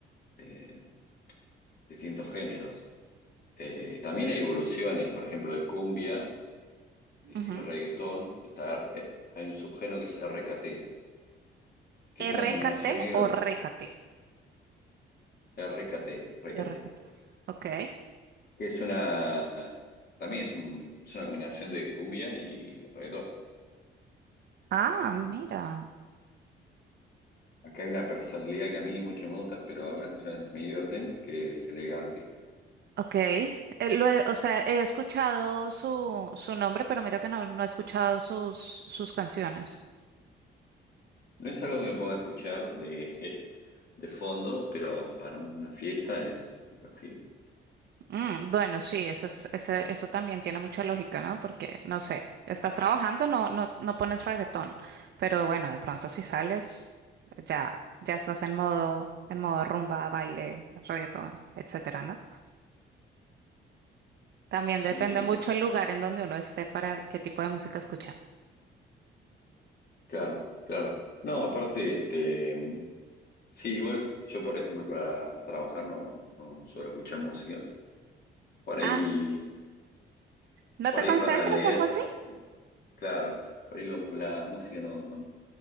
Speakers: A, on the left; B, on the right.
A: eh, distintos géneros. Eh, también hay evoluciones, por ejemplo, de cumbia eh,
B: Ujú.
A: y reggaetón. Está, R- eh, hay un subgénero que es RKT, que es una
B: RKT
A: combinación medio
B: o
A: de
B: RKT.
A: RKT, RKT,
B: RKT. Ok.
A: que es una, también es, un- es una combinación de cumbia y reggaetón.
B: Ah,
A: Eh,
B: mira.
A: acá hay una personalidad que a mí mucho me gusta, pero algunas canciones me divierten, que es elegante.
B: Ok. Eh, lo he- o sea, he escuchado su, su nombre, pero mira que no, no he escuchado sus, sus canciones.
A: No es algo que me ponga a escuchar de, <laughs> de fondo, pero para una fiesta es divertido.
B: Mm, bueno, sí, eso es- ese- eso también tiene mucha lógica, ¿no? Porque, no sé, estás trabajando, no, no, no pones reggaetón, pero bueno, de pronto si sales, ya, ya estás en modo, en modo rumba, baile, reggaetón, etcétera, ¿no? También
A: Sí,
B: depende
A: sí,
B: mucho el lugar en donde uno esté para qué tipo de música escucha.
A: claro, claro. No, aparte, este, sí, igual yo, por ejemplo, para trabajar no, no suelo escuchar música. Por ahí,
B: Ah, ¿no
A: por
B: te
A: ahí
B: concentras
A: para leer,
B: o algo así?
A: claro, por ahí lo- la música no, no,